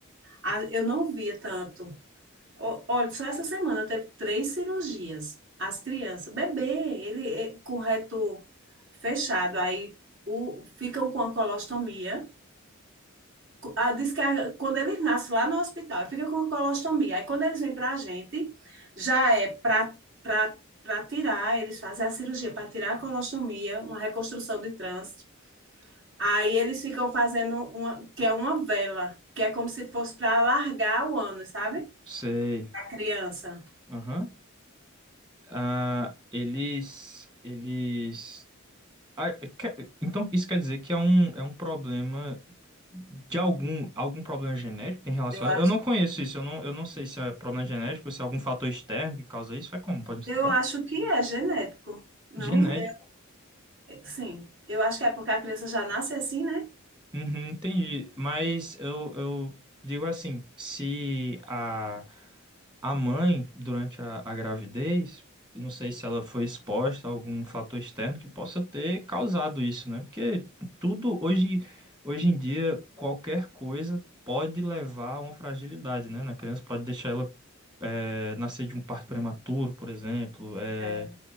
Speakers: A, on the right; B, on the right.
A: a- eu não via tanto. Ó, Olha, só essa semana teve três cirurgias. As crianças, bebê, ele é com reto fechado, aí o, ficam com a colostomia a, diz que a- quando eles nascem lá no hospital, fica com colostomia. Aí quando eles vêm para a gente, já é para para tirar, eles fazem a cirurgia para tirar a colostomia, uma reconstrução de trânsito. Aí eles ficam fazendo uma, que é uma vela, que é como se fosse para alargar o ano, sabe?
B: sei.
A: A criança.
B: Aham. Ah, eles, eles. Ah, que- então isso quer dizer que é um, é um problema de algum, algum problema genético que tem relacionado.
A: Eu acho,
B: Eu não conheço isso, eu não, eu não sei se é problema genético, se é algum fator externo que causa isso. É como? Pode me explicar?
A: eu acho que é genético. Não,
B: Genético.
A: Sim, eu acho que é porque a criança já nasce assim, né?
B: Uhum, entendi. Mas eu, eu digo assim, se a, a mãe, durante a, a gravidez, eu não sei se ela foi exposta a algum fator externo que possa ter causado isso, né? Porque tudo hoje, hoje em dia, qualquer coisa pode levar a uma fragilidade, né? Na criança pode deixar ela é, nascer de um parto prematuro, por exemplo. É,
A: É,